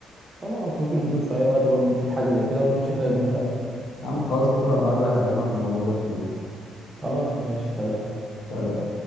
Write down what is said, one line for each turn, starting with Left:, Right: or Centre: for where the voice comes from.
Right: خلاص ممكن نشوف في اي وقت برضه نشوف حاجه زي كده ونمشي احنا الاتنين سوا
Left: يا عم خلاص بكرة لما اقابلك هكلمك في الموضوع ده كتير
Right: خلاص ماشي سلام
Left: سلام.